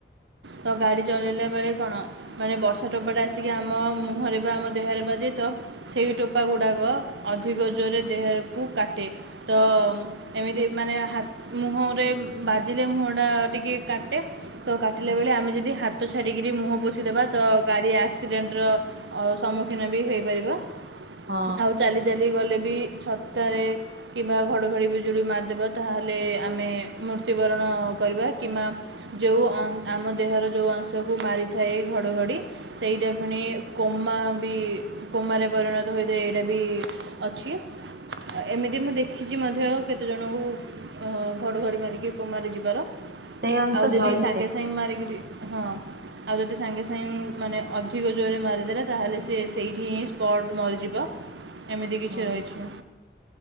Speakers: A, on the right (about 80°); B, on the right (about 60°).
A: ତ ଗାଡି ଚଲେଇଲା ପରେ କଣ ମାନେ ବର୍ଷା ଟୋପାଟା ଆସିକି ଆମ ମୁହଁରେ ବା ଆମ ଦେହରେ ବାଜେ ତ ସେଇ ଟୋପା ଗୁଡାକ ଅଧିକ ଜୋରରେ ଦେହକୁ କାଟେ ତ ଏମିତି ମାନେ ହା-ମୁହଁରେ ବାଜିଲେ ମୁହଁ ଟା ଟିକେ କାଟେ। ତ କାଟିଲା
B: ହଁ
A: ବେଳେ ଆମେ ଯଦି ହାତ ଛାଡିକି କିରି ମୁହଁ ପୋଛିଦେବା ତ ଗାଡି ଆକ୍ସିଡେଣ୍ଟର ଅ ସମ୍ମୁଖୀନ ବି ହେଇପାରିବ।
B: ହଁ
A: ଆଉ ଚାଲି ଚାଲି ଗଲେ ବି ଛତାରେ କିମ୍ବା ଘଡ଼ଘଡ଼ି ବିଜୁଳି ମାରିଦେବ ତାହେଲେ ଆମେ ମୃତ୍ୟୁବରଣ କରିବା କିମ୍ବା ଯୋଉ ଆମ ଦେହର ଯୋଉ ଅଂଶକୁ ମାରିଥାଏ ଘଡ଼ଘଡ଼ି ସେଇଟା ପୁଣି କୋମା ବି କୋମାରେ ପରିଣତ ହୋଇଥାଏ ଏଇଟା ବି ଅଛି।
B: ହ <inaudible>
A: ଆ-ଏମିତି ମୁଁ ଦେଖିଚି ମଧ୍ୟ କେତେଜଣଙ୍କୁ ଅ ଘଡ଼ଘଡ଼ି ମାରିକି କୋମାରେ ଯିବାର।
B: ସେଇ ଅଂଶ
A: ଆଉ ଯେଦି
B: ଜଳିଯାଏ
A: ସାଙ୍ଗେସାଙ୍ଗ୍ ମାରିକିରି ହଁ ଆଉ ଯଦି ସାଙ୍ଗେ ସାଙ୍ଗ୍ ମାନେ ଅଧିକ ଜୋରରେ ମାରିଦେଲା ତାହେଲେ ସେ ସେଇଠି ହିଁ ସ୍ପଟ୍ ମରିଯିବ। ଏମିତି କିଛି
B: ହଁ
A: ରହିଛି।